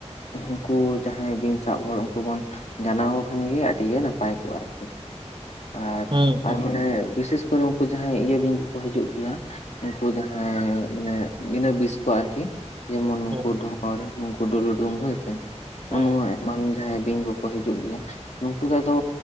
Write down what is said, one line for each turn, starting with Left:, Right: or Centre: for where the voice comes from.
Left: ᱩᱱᱠᱩ ᱡᱟᱦᱟᱸᱭ ᱵᱤᱧ ᱥᱟᱵ ᱦᱚᱲ ᱩᱱᱠᱩ ᱵᱚᱱ ᱡᱟᱱᱟᱣ ᱠᱷᱟᱱ ᱜᱮ ᱟᱹᱰᱤ ᱜᱮ ᱱᱟᱯᱟᱭ ᱠᱚᱜᱼᱟ ᱟᱨᱠᱤ ᱟᱨ
Right: ᱦᱩᱸ ᱦᱩᱸ
Left: ᱟᱨ ᱢᱟᱱᱮ ᱵᱤᱥᱮᱥ <unintelligible> ᱩᱱᱠᱩ ᱡᱟᱦᱟᱸᱭ ᱤᱭᱟᱹ ᱵᱤᱧ ᱠᱚᱠᱚ ᱦᱤᱡᱩᱜ ᱜᱮᱭᱟ ᱩᱱᱠᱩ ᱡᱟᱦᱟᱸᱭ ᱢᱟᱱᱮ ᱵᱤᱱᱟᱹ ᱵᱤᱥ ᱠᱚ ᱟᱨᱠᱤ ᱡᱮᱢᱚᱱ ᱱᱩᱠᱩ
Right: ᱦᱩᱸ
Left: ᱰᱷᱚᱸᱨ ᱱᱩᱠᱩ ᱰᱩᱞᱩᱰᱩᱝ ᱦᱳᱭ ᱥᱮ
Right: ᱦᱩᱸ
Left: ᱚ-ᱱᱚᱣᱟ ᱢᱟᱱ ᱡᱟᱦᱟᱸᱭ ᱵᱤᱧ ᱠᱚᱠᱚ ᱦᱤᱡᱩᱜ ᱜᱮᱭᱟ ᱱᱩᱠᱩ ᱫᱚ ᱟᱫᱚ